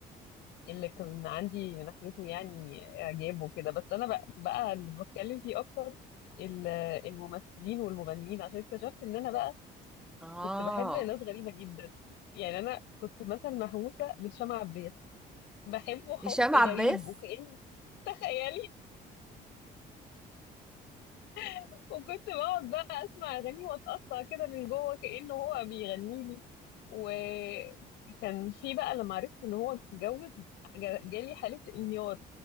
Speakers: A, on the left (about 85°); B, in the centre.
A: اللي كان عندي من ناحيته يعني اعجاب وكده بس انا بقى, بقى اللي بتكلم فيه اكتر ال- الممثلين والمغنيين عشان اكتشفت ان انا بقى
B: اه
A: كنت بحب ناس غريبه جدا يعني انا كنت مثلا مهووسه بهشام عباس بحبه حب
B: هشام
A: غريب
B: عباس
A: وكأن تخيلي <laughs> وكنت بقعد بقى اسمع اغانيه واتقطع كده من جوه كأنه هو بيغني لي وكان في بقى لما عرفت ان هو اتجوز جا- جالي حالة انهيار